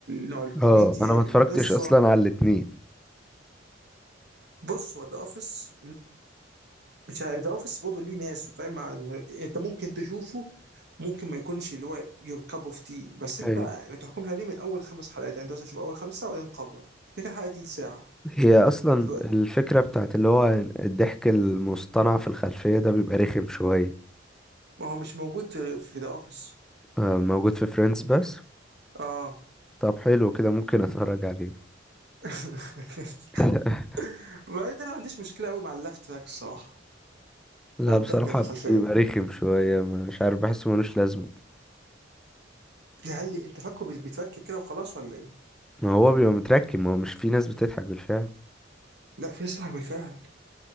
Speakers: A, on the right; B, in the centre.
A: نوع الكوميديا
B: اه انا
A: إيه
B: ما اتفرجتش
A: القصه
B: اصلا على الاتنين
A: بص هو ذا اوفيس مش عارف ذا اوفيس برضه ليه ناس وفاهم مع- م- انت ممكن تشوفه ممكن ما يكونش اللي هو يور كاب اوف تي بس انت
B: ايوه.
A: ما تحكمش عليه من اول خمس حلقات يعني انت مثلا شوف اول خمسه وبعدين قبله كده كده حلقه تلت ساعه
B: هي اصلا
A: ف-
B: الفكرة بتاعت اللي هو الضحك المصطنع في الخلفية ده بيبقى رخم شوية
A: ما هو مش موجود في ذا اوفيس
B: آه، موجود في فريندز بس
A: اه
B: طب حلو كده ممكن اتفرج عليه
A: <laughs>
B: <laughs>
A: بعدين انا ما عنديش مشكله قوي مع اللفت تراك الصراحه
B: لا
A: او الضحكه
B: بصراحة
A: اللي في الخلفيه
B: بيبقى رخم شوية مش عارف بحسه ملوش لازمة
A: هل انت فاكره بيتفكم كده وخلاص ولا ايه؟
B: ما هو بيبقى متركب ما هو مش في ناس بتضحك بالفعل
A: لا في ناس تضحك بالفعل